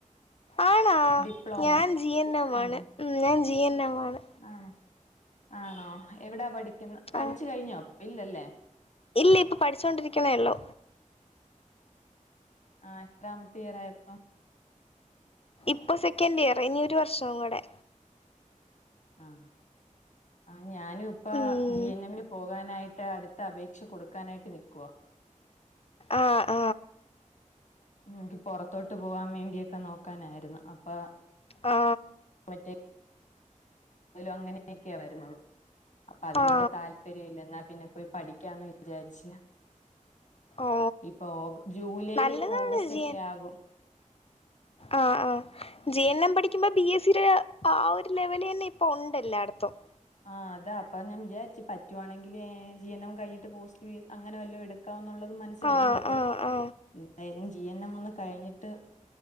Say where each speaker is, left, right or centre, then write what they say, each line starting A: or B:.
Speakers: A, on the left; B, on the left.
A: ആണോ
B: ഡിപ്ലോമ
A: ഞാൻ ജി എൻ എം മാണ്
B: ഉം
A: ഉ ഞാൻ ജിഎൻഎം മാണ്
B: ആണോ ആണോ എവിടാ പഠിക്കുന്ന പഠിച്ചു
A: ആ
B: കഴിഞ്ഞോ ഇല്ലല്ലേ
A: ഇല്ല ഇപ്പൊ പഠിച്ചോണ്ടിരികുന്നോ ഒള്ളൂ
B: ആ എത്രാമത്തെ ഇയറായപ്പോ
A: ഇപ്പൊ സെക്കൻഡിയർ ഇനി ഒരു വർഷം കൂടെ
B: ആ ആ ഞാനും ഇപ്പ
A: ഉം
B: ജി എൻ എമ്മിൽ പോകാനായിട്ട് അടുത്ത അപേക്ഷ കൊടുക്കാനായിട്ട് നിക്കുവാ
A: ആഹ്
B: എനിക്ക് പുറത്തോട്ട് പോവാാൻ വേണ്ടി യൊക്കെ നോക്കാനായിരുന്നു അപ്പൊെ
A: ആ
B: മറ്റേ അങ്ങനെയൊക്കെയ വരുന്നത് അപ്പ അതിനോട്
A: ആ
B: താൽ തെരിയില്ല ന്നാ പിന്നെ പോയി പഠിക്കാന്ന് വിചാര്ച്
A: ഓ
B: ഇപ്പൊ ഓ ജൂലൈ
A: നല്ലതാണ്
B: ഓഗസ്റ്റ്
A: ജി
B: ഒക്കെ
A: എൻ
B: ആകും
A: ആ ആ ജി എൻ എം പഠിക്കുമ്പോ ബി എസ്ടെ ആ ആ ഒരു ലെവല് എന്നെ ഇപ്പോ ഉണ്ടെല്ലാടത്തും
B: ആഹ് അതാ അപ്പ ഞാൻ വിചാരിച്ച് പറ്റുവാണെങ്കിൽ ജി എൻ എം കഴിഞ്ഞിട്ട് പോസ്റ്റ് ഫീസ് അങ്ങനെ വല്ലോ എടു ക്കാ ന്നുള്ളത് മനസ്സിലുണ്ട്.
A: ആ ആ ആ
B: എന്തായാലും ജീ എൻ എം ഒന്ന് കഴിഞ്ഞിട്ട്